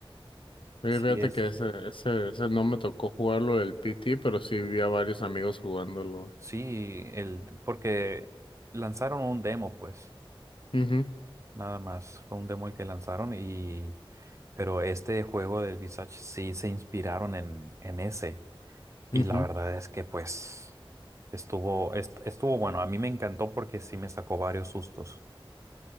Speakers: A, on the left (about 65°); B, on the right (about 30°).
A: Fíjate
B: Sí es,
A: que ese, ese, ese no me tocó jugarlo el PT, pero sí vi a varios amigos jugándolo.
B: sí, el, porque lanzaron un demo pues,
A: Ujú,
B: nada más, fue un demo el que lanzaron y, pero este juego del Visage sí se inspiraron en, en ese y
A: ujú.
B: la verdad es que pues estuvo, est- estuvo bueno, a mí me encantó porque sí me sacó varios sustos.